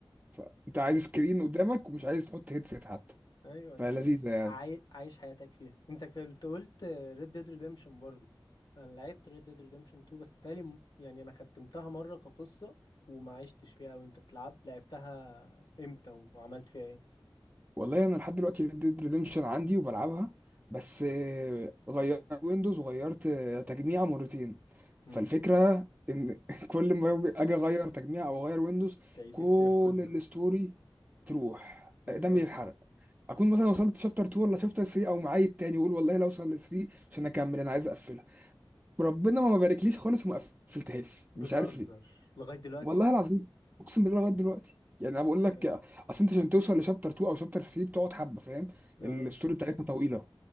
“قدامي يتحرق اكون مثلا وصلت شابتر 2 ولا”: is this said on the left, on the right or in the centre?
Right